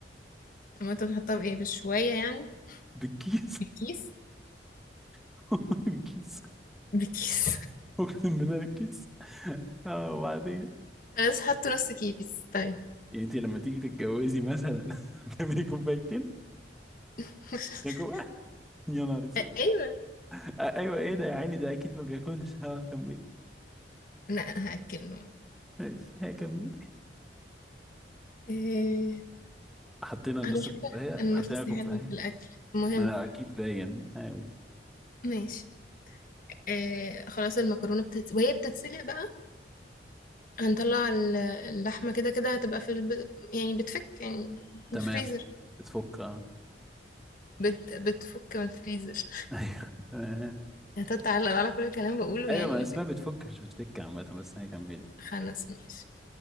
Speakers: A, on the left; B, in the centre.
A: طب ما انت بتحطها بايه بشوية يعني
B: <laughs> بالكيس
A: بكيس
B: <laughs> بالكيس
A: بكيس
B: اقسم بالله بالكيس اه وبعدين
A: انا لسه حاطه نص كيس طيب
B: يعني انت لما تيجي تتجوزي مثلا <laughs> تعملي كوبايتين
A: <laughs>
B: يا كوبايه <laughs> يا نهار اسود
A: أ- ايوه
B: آه، ايوه ايه ده يا عيني ده اكيد ما بياكلش ها كملي
A: لا انا هاكله
B: ماشي ها كملي
A: إيه...
B: حطينا نص
A: على
B: كوبايه
A: فكره انا
B: حطينا
A: نفسي
B: كوبايه
A: حلو في الاكل المهم
B: ما اكيد باين ايوه
A: ماشي إيه... خلاص المكرونه بتت... وهي بتتسلق بقى هنطلع ال- اللحمه كده كده هتبقى في الب... يعني بتفك يعني من
B: تمام
A: الفريزر
B: بتفك اه
A: بت... بتفك من الفريزر
B: <laughs> ايوه
A: <laughs> هتتعلق على كل الكلام بقوله
B: ايوه
A: يعني
B: ما
A: ولا
B: اسمها
A: إيه؟
B: بتفكش بتفك عامة بس هي كملت
A: خلاص ماشي